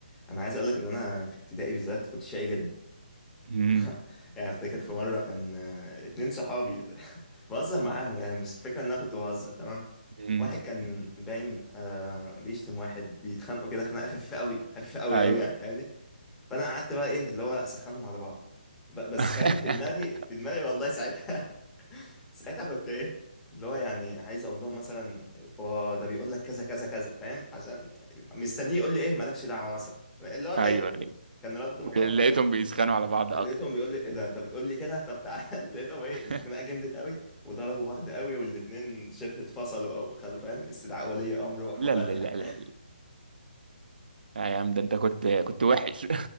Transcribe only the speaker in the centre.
انا عايز اقولك ان انا في ابتدائي بالذات كنت شقي جدا
<laughs> يعني افتكر في مرة كان آه، اتنين صحابي <laughs> بهزر معاهم يعني بس الفكرة ان انا كنت بهزر تمام
واحد كان باين آه بيشتم واحد بيتخانقوا كده خناقة خفيفة قوي خفيفة قوي
قوي يعني فاهمني. فانا قعدت بقى ايه اللي هو اسخنهم على بعض ب- بس
فاهم في دماغي في دماغي والله ساعتها <laughs> ساعتها كنت ايه اللي هو يعني عايز اقول لهم مثلا اه ده بيقول لك كذا كذا كذا فاهم عشان مستنيه يقول لي ايه مالكش دعوه مثلا اللي هو كده
كان رد
متوقع
كده
لقيتهم
بيقول لي ايه ده انت بتقول لي كده طب تعال <laughs> لقيتهم ايه
الخناقه جمدت قوي وضربوا بعض قوي والاتنين شبه اتفصلوا او خدوا فاهم استدعاء ولي امر وحوارات
يعني